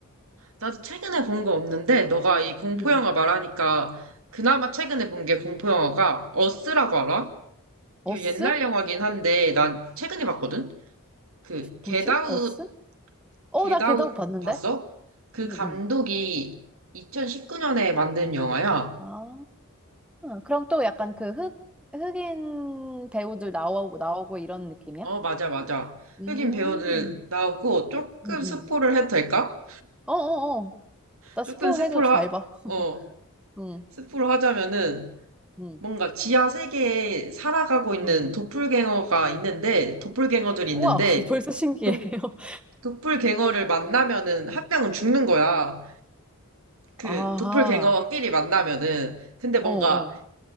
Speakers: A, on the right (about 65°); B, in the centre.
A: 나도 최근에 본 거 없는데, 너가 이 공포영화
B: 응응응응.
A: 말하니까, 그나마 최근에 본 게 공포영화가, 어스라고 알아?
B: 어스?
A: 이거 옛날 영화긴 한데, 난 최근에 봤거든? 그, 겟아웃,
B: 뭐지? 어스? 어,
A: 겟아웃
B: 나 걔도 봤는데.
A: 봤어? 그
B: 응,
A: 감독이
B: 응.
A: 2019년에 만든 영화야.
B: 아, 그럼 또 약간 그 흑, 흑인 배우들 나오고 나오고 이런 느낌이야?
A: 어, 맞아, 맞아.
B: 음,
A: 흑인 배우들 나오고, 조금
B: 응, 응.
A: 스포를 해도 될까?
B: 어어어. 나
A: 조금
B: 스포해도
A: 스포를,
B: 잘
A: 하,
B: 봐.
A: 어,
B: 응,
A: 스포를 하자면은,
B: 응,
A: 뭔가 지하 세계에 살아가고 있는
B: 응
A: 도플갱어가 있는데, 도플갱어들이 있는데,
B: 우와, <laughs> 벌써 신기해요.
A: 도,
B: <laughs>
A: 도플갱어를 만나면은 한 명은 죽는 거야. 그
B: 아하,
A: 도플갱어끼리 만나면은 근데 뭔가
B: 어, 어.